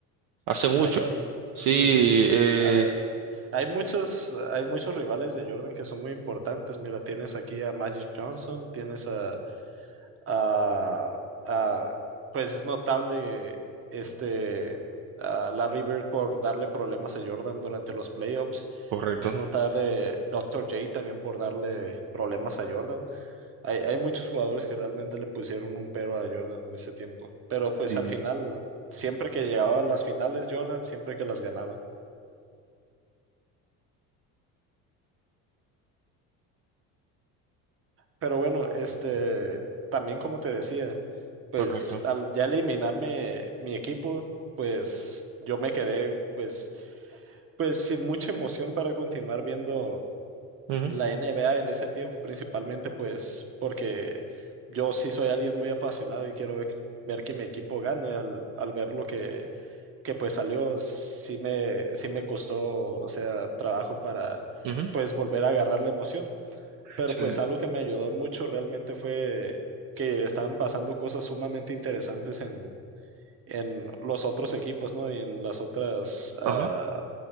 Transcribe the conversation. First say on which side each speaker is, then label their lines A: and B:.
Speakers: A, on the right; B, on the right.
A: hace
B: contra
A: mucho.
B: Jordan.
A: Sí,
B: Mm,
A: eh,
B: a ver. Hay muchos, hay muchos rivales de Jordan que son muy importantes. Mira, tienes aquí a Magic Johnson, tienes a, a- a- pues es notable este a Larry Bird por darle problemas a Jordan durante los playoffs.
A: correcto.
B: Es notable Doctor J también por darle problemas a Jordan. Hay, hay muchos jugadores que realmente le pusieron un pero a Jordan en ese tiempo. Pero pues
A: Sí,
B: al final, siempre que llegaba a las finales, Jordan siempre que las ganaba. Pero bueno, este, también como te decía, pues
A: correcto.
B: al ya eliminarme mi equipo, pues yo me quedé pues, pues sin mucha emoción para continuar viendo
A: Ujú,
B: la NBA en ese tiempo, principalmente pues porque yo sí soy alguien muy apasionado y quiero ver, ver que mi equipo gane al, al ver lo que, que pues salió, sí me, sí me costó, o sea, trabajo para
A: ujú.
B: pues volver a agarrar la emoción pero
A: Sí,
B: pues algo que me ayudó mucho realmente fue que estaban pasando cosas sumamente interesantes en, en los otros equipos, ¿no? Y en las otras, ah,
A: ajá.